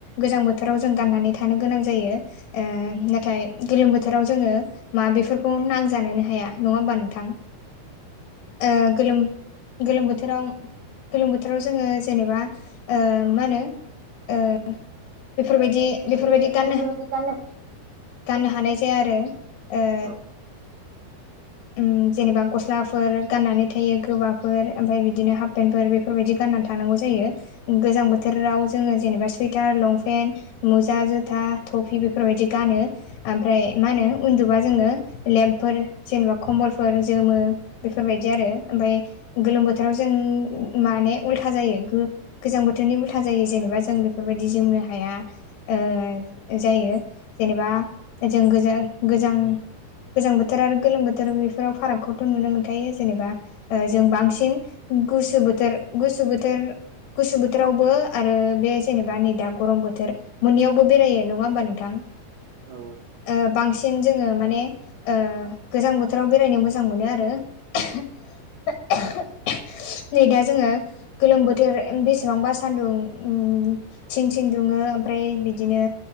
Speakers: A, on the left; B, on the right.
A: गोजां बोथोराव जों गाननानै थानो गोनां जायो । ओ नाथाय गोलोम बोथोराव जोङो मा बेफोरखौ नांजानोनो हाया नङा होमबा नों थां ओ गोलोम गोलोम बोथोराव गोलोम बोथोराव जोङो जेनेबा ओ माहोनो ओ बेफोरबायदि बेफोरबायदि
B: ओ
A: गानो
B: बेफोरबायदि गाननो
A: गाननो हानाय जाया आरो ओ
B: औ
A: उम जेनेबा गस्लाफोर गाननानै थायो गोबाफोर ओमफ्राय बिदिनो हाफपेन्टफोर बेफो फोरबायाददि गानना थानांगौ जायो गोजां बोथोराव जोङो जेनेबा सुइ टार लंपेन्ट मुजा जुथा थटफि बेफोरबायदि गानो । ओमफ्राय मा होनो उन्दुबा जोङो लेम्पफोर जेनेबा खम्बलफोर जोमो बेफोरबायदि आरो ओमफफ्राय गोलोम बोथोराव जों माने उल्था जायो गो गोजां बोथोरनि उल्था जायो जेनेबा जों बेफोरबायदि जोमनो हाया । ओ जायो जेनेबा जों गोजा-गोजां गोजां बोथोर आरो गोलोम बोथोर बेफोराव फारागखौथ' नुनो मोनखायो जेनेबा जों बांसिन गुसु बोथोर गुसु बोथोर गुसु बोथोरावबो आरो बे जेनेबा नै दा गरम बोथोर मोननैयावबो बेरायो नङा होमबा नोंथां?
B: औ ।
A: ओ बांसिन जोङो माने ओ गोजां बोथोराव बेरायनो मोजां मोनो आरो <unintelligible> नै दा जोङो गोलोम बोथोर बेसेबांबा सान्दुं उम थिं थिं दुङो ओमफ्राय बिदिनो